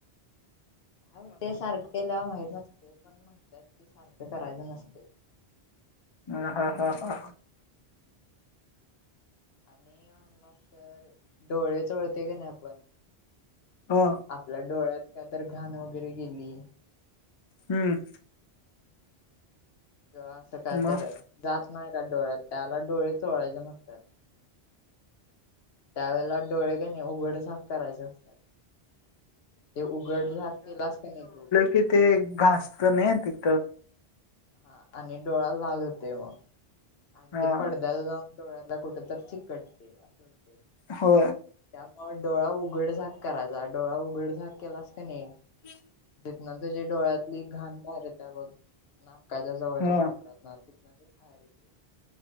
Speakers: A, on the left; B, on the left.
A: हो ते सारखं केल्या माहीत नसते पण म्हटलंत की सारखं करायचं नसते‌.
B: ह हा हा हा
A: आणि येन लास् तर डोळे चोळते का नाही आपण.
B: हो
A: आपल्या डोळ्यात का तर घाणं वगैरे गेली.
B: हम्म
A: किंवा असं काय तर
B: मग
A: जात नाही का डोळ्यात त्याला डोळे चोळायचे नसतात. त्यावेेळेला डोळे नाही उघड झाक करायचे असतात ते उघड झाक केलास का नाही तो
B: कि ते घासत नाही तिथं!
A: हा आणि डोळा लाल होते मग! आणि
B: हा
A: ते पडद्याला जाऊन डोळ्याला कुठ तर चिकटते असं होते.
B: हो
A: त्यामुळे डोळा उघड झाक करायचा डोळा उघड झाक केला अस का नाही.
B: हम्
A: ना तझ डोळ्यातली घाण बाहेर त्या बघ नाकाच्या जवळच्या
B: हा
A: कोपऱ्यात. त ना ते बाहेर येते